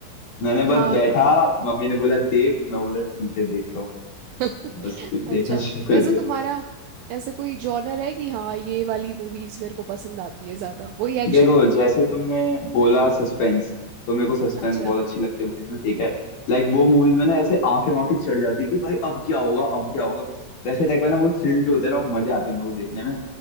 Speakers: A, on the left (about 50°); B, on the right (about 85°).
A: मैंने बस
B: हाँ
A: बैठा मम्मी ने बोला देख मैं बोला ठीक है देखता हूँ
B: <laughs>
A: बस फिर
B: अच्छा
A: देखना शुरू कर
B: वैसे
A: दिया
B: तुम्हारा ऐसे कोई जॉनर है कि हाँ ये वाली मूवीज मेरे को पसंद आती है ज्यादा वही एक्शन
A: देखो जैसे तुमने बोला सस्पेंस तो मेरे को सस्पेंस
B: अच्छा
A: बहुत अच्छी लगती है मूवीज में ठीक है लाइक वो मूवीज में ना ऐसे आंखें वाँखें चढ़ जाती है कि भाई अब क्या होगा अब क्या होगा वैसे टाइप का ना वो थ्रिल जो होता है ना वो मजे आते हैं मेरे को देखने में